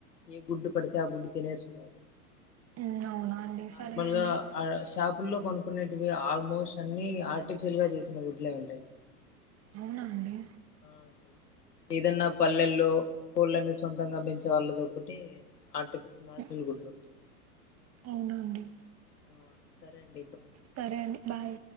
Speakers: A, on the left; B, on the right.
A: ఏ గుడ్డు పడితే ఆ గుడ్డు తినేస్తున్నారు
B: ఉమ్, అవునా అండి
A: నార్మల్గా
B: సరే అండి
A: ఆ షాప్ ఫుల్లో కొనుకునేటివి ఆల్మోస్ట్ అన్ని ఆర్టిఫిషిల్గా చేసిన గుడ్లే ఉంటాయం
B: అవునా అండి
A: అవునండి ఏదన్నా పల్లెల్లో కోళ్ళని సొంతంగా పెంచే వాళ్ళది ఒకటి ఆర్టి నాచురల్
B: ఉమ్,
A: గుడ్లుంటయి
B: అవునా అండి
A: ఆ సరే అండి
B: సరే అండి బాయ్